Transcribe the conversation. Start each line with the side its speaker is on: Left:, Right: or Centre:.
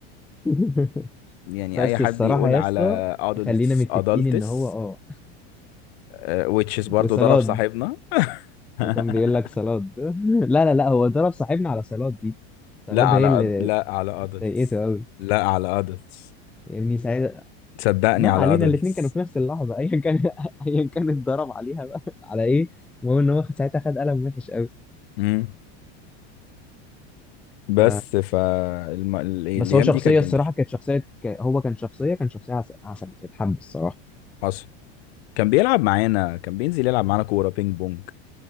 Centre: <laughs>
Left: يعني
Centre: بس
Left: اي حد
Centre: الصراحه
Left: يقول
Centre: يا
Left: على
Centre: اسطى
Left: adults
Centre: خلينا متفقين
Left: adults
Centre: ان هو اه
Left: آه، which is برضو
Centre: وصلاد
Left: ضرب صاحبنا <laughs>
Centre: هو كان بيقول لك صلاد <laughs> لا لا لا هو ضرب صاحبنا على صلاد دي صلاد
Left: لا على
Centre: هي اللي
Left: أد... لا على adults
Centre: ضايقته قوي
Left: لا على adults
Centre: فاهمني ساعتها
Left: صدقني
Centre: ما
Left: على
Centre: علينا
Left: adults
Centre: الاثنين كانوا في نفس اللحظه ايا كان <laughs> ايا كان اتضرب عليها بقى على ايه المهم ان هو ساعتها خد قلم وحش قوي
Left: امم بس
Centre: ف...
Left: فالم... الايام
Centre: بس هو شخصيه
Left: دي كانت جميله
Centre: الصراحه كانت شخصيه ك... هو كان شخصيه كان شخصيه عسل, عسل تتحب الصراحه
Left: حصل كان بيلعب معانا كان بينزل يلعب معانا كوره بينج بونج